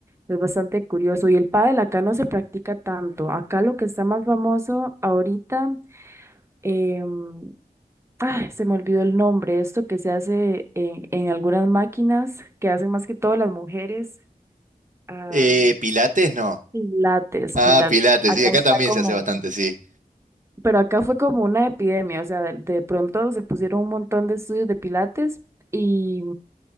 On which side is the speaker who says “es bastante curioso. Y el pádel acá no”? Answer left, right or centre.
Right